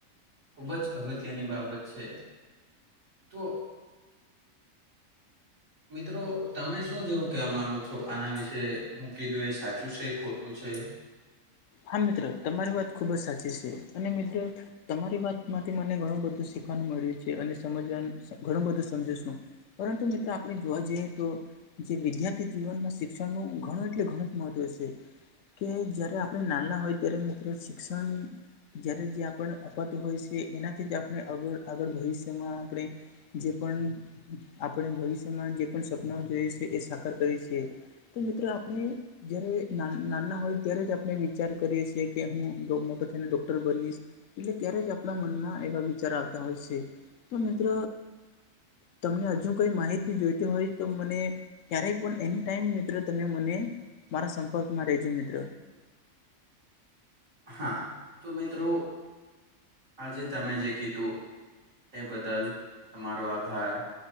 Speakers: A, on the right; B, on the left.
A: ખૂબ જ અગત્યની બાબત છે તો મિત્રો તમે શું જેવું કવા માંગો છો આના વિશે હું કીધું એ સાચું છે ખોટું છે.
B: હા મિત્રો તમારી વાત ખુબ જ સાચી છે, અને મિત્રો તમારી વાતમાંથી મને ઘણું બધું શીખવાનું મળ્યું છે, અને સમજવાનું ઘણું બધું સમજું છું. પરંતુ મિત્રો આપણે જોવા જઈએ તો જે વિદ્યાર્થી જીવનમાં શિક્ષણનું ઘણું એટલે ઘણું જ મહત્વ છે, કે જ્યારે આપણે નાના હોય ત્યારે મિત્રો શિક્ષણ જયારે જે અપાતું હોય છે, એનાથી જ આગળ ભવિષ્યમાં આપણે જે પણ આપણે ભવિષ્યમાં જે પણ સપના જોઈએ છે, એ સાકાર કરીએ છીએ. તો મિત્રો આપણે જ્યારે ના નાના હોય ત્યારે જ અ વિચાર કરીએ છીએ હું મોટા થઈને ડોક્ટર બનીશ. એટલે ત્યારે જ આપણા મનમાં એવા વિચાર આવતા હોય છે, તો મિત્ર તમને હજુ કઈ માહિતી જોઈતી હોય તો મને ક્યારેય પણ એની ટાઈમ મિત્ર તમે મને મારા સંપર્કમાં રેજો મિત્ર.
A: હા તો મિત્રો આજે તમે જે કીધું એ બદલ તમારો આભાર